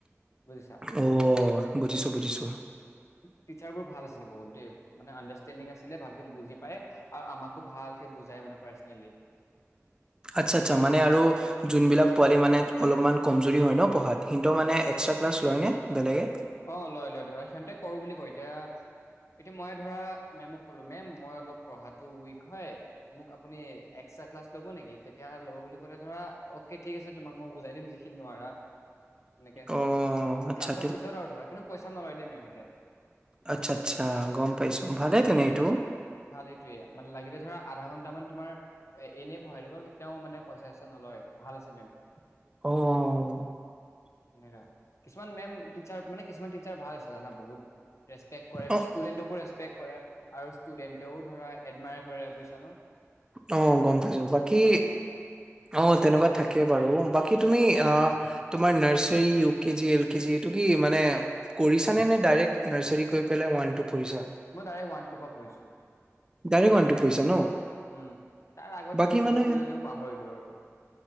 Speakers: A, on the left; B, on the right.
A: বুজিছা,
B: অওওও, বুজিছোঁ বুজিছোঁ।
A: ট্ৰচাৰ বোৰ ভাল আছিলে বহুত দেই, মানে আণ্ডাৰষ্টেণ্ডিং আছিল পঢ়িলে ভালকে বুজি পায়, আ', আৰু আমাকো ভালকে বুজাই মানে পাৰ্চনেলী।
B: আচ্ছা, আচ্ছা, মানে আৰু যোনবিলাক পোৱালী মানে অলপমান কমজুৰি হয় ন পঢ়াত, হেতৰ মানে এক্সট্ৰা ক্লাছ লয়নে বেলেগে।
A: অঁ লয় লয় ধৰা সিহঁতে কৰো বুলি কয় এতিয়া এতিয়া মই ধৰা মেম ক'লো মেম মই অলপ পঢ়াটো উইক হয়। মোক আপুনি এক্সট্ৰা ক্লাছ ল'ব নেকি তেতিয়া ল'ব বুলি ক'লে ধৰা অকে ঠিক আছে তোমাক মই বুজাই দিম যিখিনি নোৱাৰা। এনেকে
B: অঁ আচ্ছা।
A: ক্লাছৰ পিছত আৰু ধৰা কিন্তু নলয় দেই মেমহতে।
B: আচ্ছা আচ্ছা গম পাইছো ভালে
A: লাগিলে
B: তেনে এইটো
A: ভাল এইটোৱে মানে লাগিলে ধৰা আধা ঘন্টা। কেইটামান তোমাৰ। এ এনেই পঢ়াই দিব। তেওঁ মানে পইচা চইচা নলয় ভাল আছে মেম।
B: অঁ
A: সনেকা কিছুমান মেম। টিচাৰ মানে কিছুমান টিচাৰ ভাল আছে জানা বহুত। ৰেচপে্ট
B: অ
A: ষ্টুডেটো ৰেপেকট। কৰে আৰু ষ্টুডেণ্টেও ধৰা। মাৰে কৰে বুজিছা নো!
B: অঁ গম পাইছো বাকী
A: আছে
B: অ তেনেকুৱা থাকে বাৰু বাকী। তুমি তোমাৰ nursery U KG L K G এইটো কি মানে কৰিছা নে নে ডাৰেক্ট নাৰ্চাৰী কৰি পেলাই পঢ়িছা
A: মই ডাইৰেক্ট ওৱান টুৰ পৰা পঢ়িছো।
B: ডাৰেক্ট ওৱান টো পইচাঁ ন!
A: উম তাৰ আগত
B: বাকী
A: কিবা পঢ়িছিলো
B: মানে
A: যদিও পাহৰিলো আৰু